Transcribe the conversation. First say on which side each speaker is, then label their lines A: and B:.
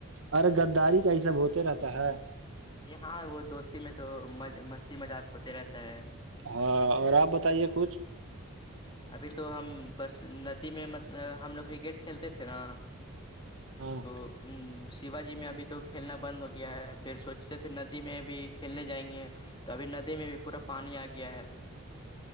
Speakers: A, on the right; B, on the left.
A: ارے گداری کا یہ سب ہوتے رہتا ہے
B: جی ہاں وہ دوستی میں تو مستی مذاق ہوتے رہتا ہے
A: ہاں اور آپ بتائیے کچھ
B: ابھی تو ہم بس ندی میں مطلب ہم لوگ کرکٹ کھیلتے تھے نا
A: ہاں
B: تو ہ شیوا جی میں ابھی تو کھیلنا بند ہو گیا ہے پھر سوچتے تھے ندی میں بھی کھیلنے جائیں گے تو ابھی ندی میں بھی پورا پانی آ گیا ہے